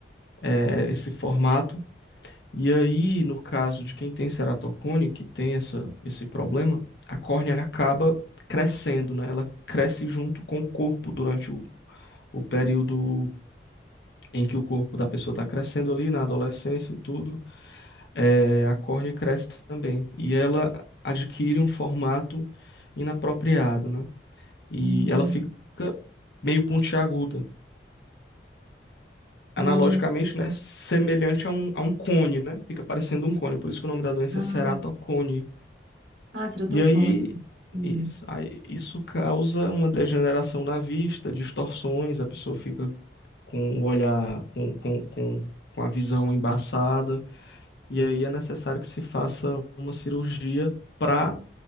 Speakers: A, on the left; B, on the right.
A: eh, esse formato E aí, no caso de quem tem ceratocone, que tem essa, esse problema, a córnea acaba crescendo, né? Ela cresce junto com o corpo durante o, o período em que o corpo da pessoa está crescendo ali, na adolescência e tudo. É, a córnea cresce também. E ela adquire um formato inapropriado, né? E
B: Hum.
A: ela fica meio pontiaguda. Analogicamente,
B: Ah,
A: né? Semelhante a um, a um cone, né? Fica parecendo um cone. Por isso que o nome da doença
B: ah,
A: é ceratocone
B: ah, ceratocone.
A: E aí
B: Entendi.
A: isso, aí isso causa uma degeneração na vista, distorções, a pessoa fica com o olhar, com, com, com, com a visão embaçada, e aí é necessário que se faça uma cirurgia para